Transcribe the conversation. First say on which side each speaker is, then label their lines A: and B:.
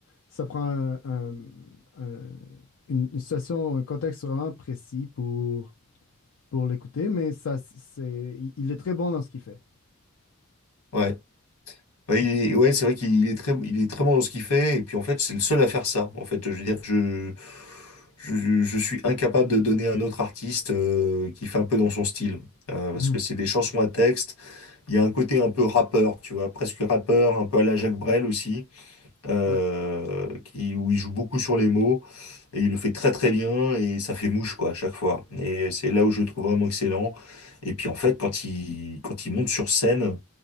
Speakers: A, on the left; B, on the left.
A: ça prend un- un- un- une, une situation, un contexte vraiment précis pour, pour l'écouter, mais ça, c'est, il, il est très bon dans ce qu'il fait.
B: Ouais, ouais, il est- ouais, c'est vrai qu'il est très, il est très bon dans ce qu'il fait, et puis en fait, c'est le seul à faire ça. En fait, je veux dire, je, je, je suis incapable de donner un autre artiste euh, qui fait un peu dans son style. Euh, parce
A: Mhm.
B: que c'est des chansons à texte, il y a un côté un peu rappeur, tu vois, presque rappeur, un peu à la Jacques Brel aussi. euh,
A: Ouais.
B: qui, où il joue beaucoup sur les mots, et il le fait très très bien, et ça fait mouche quoi à chaque fois. Et c'est là où je le trouve vraiment excellent. Et puis en fait, quand il, quand il monte sur scène,